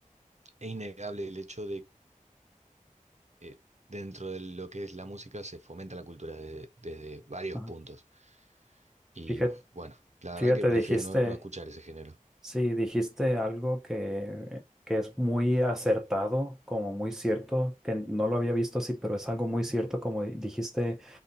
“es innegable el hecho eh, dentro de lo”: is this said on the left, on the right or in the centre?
Right